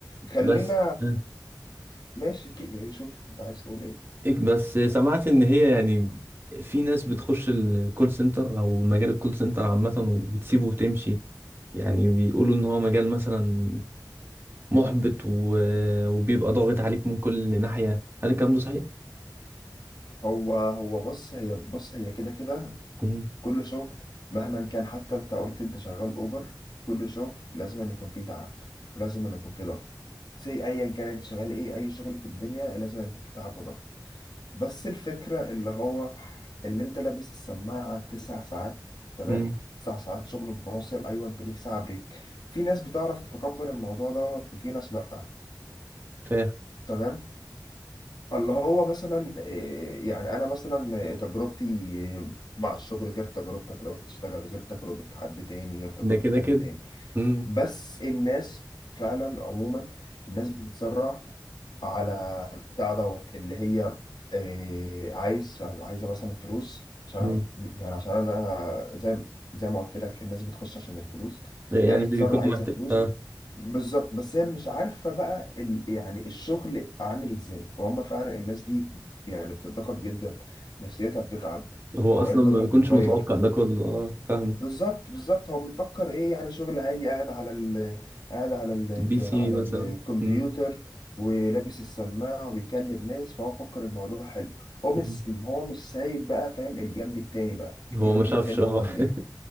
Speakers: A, on the left; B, on the right.
A: خلينا
B: بس آه.
A: ماشي ك- شوف انت عايز تقول ايه
B: إك- بس سمعت إن هي يعني في ناس بتخش الكول سنتر أو مجال الكول سنتر عامة وبتسيبه وتمشي يعني بيقولوا إن هو مجال مثلا محبط و... وبيبقى ضاغط عليك من كل ناحية هل الكلام ده صحيح؟
A: هو هو بص هي بص هي كده كده
B: مم.
A: كل شغل مهما كان حتى انت قلت انت شغال اوبر كل شغل لازم أن يكون فيه تعب ولازم أن يكون فيه ضغط سي ايا كان انت شغال ايه اي شغل في الدنيا لازم أن يكون فيه تعب وضغط بس الفكرة اللي هو اللي انت لابس السماعة تسع ساعات تمام
B: مم.
A: تسع ساعات شغل متواصل ايوه انت ليك ساعة بريك في ناس بتعرف تتقبل الموضوع دوت وفي ناس لأ
B: فاهم
A: تمام فاللي هو مثلا إيه، يعني انا مثلا إيه، تجربتي إيه، مع الشغل غير تجربتك لو انت تشتغل غير تجربة حد تاني غير تجربة
B: ده كده
A: حد
B: كده
A: تاني
B: مم.
A: بس الناس فعلا عموما الناس بتتسرع على بتاع دوت اللي هي آه، عايز عايزه مثلا فلوس عشان
B: مم.
A: أنا- يعني عشان انا زي زي ما قلت لك الناس بتخش عشان الفلوس
B: يعني
A: فهي بتتصرف
B: بيكونوا
A: عايزه
B: محتاج
A: فلوس
B: اه
A: بالظبط بس هي مش عارفه بقى ال... يعني الشغل عامل ازاي فهم فعلا الناس دي يعني بتتضغط جدا نفسيتها بتتعب
B: هو
A: مواعيد
B: اصلا
A: نومها
B: ما بيكونش
A: بيتغير
B: متوقع ده كله اه فاهمك
A: بالظبط بالظبط هو بيفكر ايه يعني شغل عادي قاعد على ال قاعد على ال
B: بي سي
A: على
B: مثلا
A: الكمبيوتر
B: مم.
A: ولابس السماعة وبيكلم ناس فهو مفكر الموضوع حلو هو مش
B: مم.
A: هو مش سايب بقى فاهم الجنب التاني بقى
B: هو
A: الجنب
B: ما شافش
A: التاني
B: اه
A: هو اللي
B: <laughs>